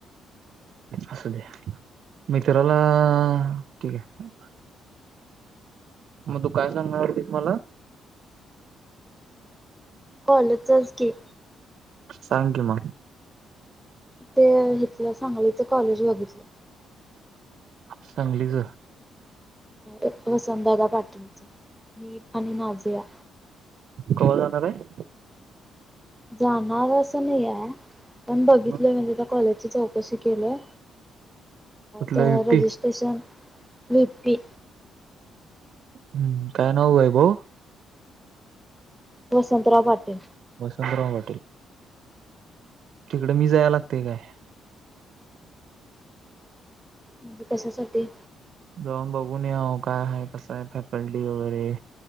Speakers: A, on the right; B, in the centre.
A: असू दे मित्राला ठीक आहे मग तू काय सांगणारवरतीस मला?
B: कॉलेजच की.
A: सांग की म
B: ते इथलं सांगलीच कॉलेज बघितलं.
A: सांगलीच
B: अ वसंतदादा पाटीलच मी आणि नाझिया
A: कवा जाणार आहे
B: जाणार असं नाही आहे पण बघितलं
A: मग
B: म्हणजे त्या कॉलेज चौकशी केलं
A: कुठलं
B: त्या
A: युपी
B: रजिस्ट्रेशन निती.
A: हम्म काय नाव वैभव?
B: वसंतराव पाटील
A: वसंतराव तिकडे मी जायला लागते काय
B: म्हणजे कशासाठी
A: जाऊन बघूून यावं काय आहे कसं आहे फॅकल्टी वगैरे?